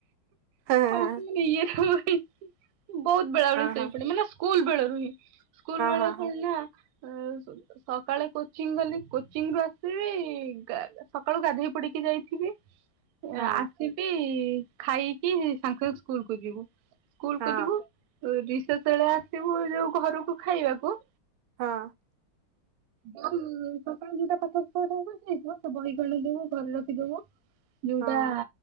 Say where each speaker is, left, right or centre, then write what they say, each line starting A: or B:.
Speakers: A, on the right; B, on the right.
A: ହଁ
B: ହିଁ
A: ହଁ
B: ହିଁ <unintelligible> ବହୁତ ବେଳେ ବେଳି ଶୋଇପଡେ
A: ହଁ
B: ମାନେ ସ୍କୁଲ ବେଳରୁ ହିଁ ସ୍କୁଲ ବେଳେ
A: ହଁ
B: କଣନା
A: ହଁ
B: ଆଁ ସକାଳେ କୋଚିଂ ଗଲି କୋଚିଂ ରୁ ଆସିବି ଗା ସକାଳୁ ଗାଧେଇ ପଡିକି ଯାଇଥିବି। ଆଁ
A: ହଁ
B: ଆସିବି ଖାଇକି ସାଙ୍ଗ ସାଙ୍ଗେ ସ୍କୁଲକୁ ଯିବୁ। ସ୍କୁଲକୁ
A: ହଁ
B: ଯିବୁ ରିସେଷ ବେଳେ ଆସିବୁ ଯୋଉ ଘରକୁ ଖାଇବାକୁ
A: ହଁ।
B: ଯଉ ସକାଳୁ ଦିଟା ପାଠ <unintelligible> ଯାଇଥିବ ସେ ବହିଖଣ୍ଡ ଦେବୁ ଘରେ ରଖିଦେବୁ। ଯଉଟା
A: ହଁ